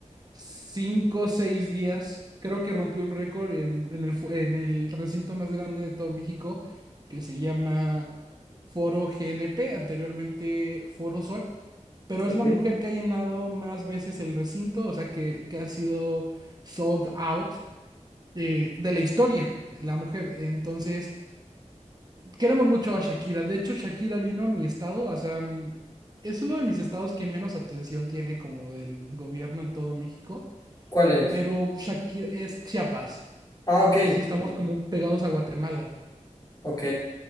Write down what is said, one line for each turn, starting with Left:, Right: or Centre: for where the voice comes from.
Right: cinco o seis días. Creo que rompió un récord en, en el, fu- en el recinto más grande de todo México, que se llama Foro GNP, anteriormente Foro Sol. Pero
Left: Ok.
Right: es la mujer que ha llenado más veces el recinto, o sea, que, que ha sido sold out eh, de la historia, la mujer. Entonces... Queremos mucho a Shakira. De hecho, Shakira vino a mi estado, o sea, mm, es uno de mis estados que menos atención tiene como del gobierno en todo México,
Left: ¿Cuál es?
Right: pero Shakira es Chiapas.
Left: Ah, ok.
Right: Sí, estamos
Left: Ok, ok.
Right: como pegados a Guatemala.
Left: Ok,